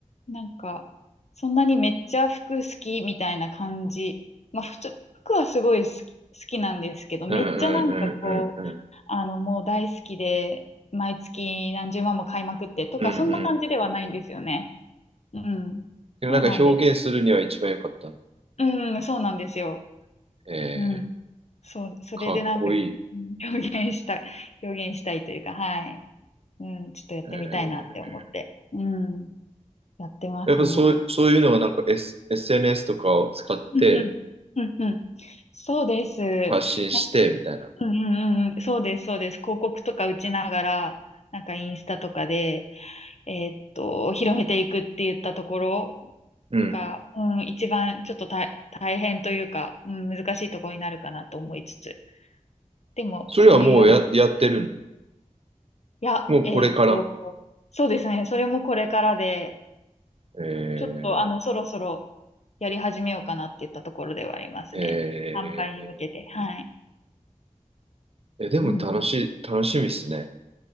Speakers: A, on the left (about 55°); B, on the right (about 50°).
A: なんか、そんなにめっちゃ服好きみたいな感じ。まあ、ふつ服はすごい好き、好きなんですけど、
B: ー、
A: めっちゃなんかこう、
B: うんうんうんうんうん
A: あの、もう大好きで、毎月何十万も買いまくってとか、
B: うんうんうん
A: そんな感じではないんですよね。うん。
B: でもなんか表現するには一番良かった。
A: そうなんです、うん、そうなんですよ。
B: えー、
A: うん。そう、それでなんか、
B: かっこいい。
A: うん表現した、表現したいというか、はい。うん、ちょっとやってみたいなって思って、
B: えー、
A: うん、やってますね。
B: やっぱそう、そういうのはなんか、S、SNS とかを使って
A: うんうん。うんうん。そうです。
B: 発信してみたいな。
A: なうんうんうん。そうです、そうです。広告とか打ちながら、なんかインスタとかで、えーっと、広めていくって言ったところ
B: うん。
A: が、うん、一番ちょっと大、大変というか、うん、難しいところになるかなと思いつつ。でも、
B: それはもうや、
A: そういうような、
B: やってる
A: いや、
B: の。もうこれから。
A: えーっと、そうですね。それもこれからで、
B: え
A: ちょっと、あの、そろそろやり始めようかなって言ったところではありますね。
B: ー、え
A: 販売に向けて。はい。
B: ー、えでも楽しい、
A: うん。
B: 楽しみっすね。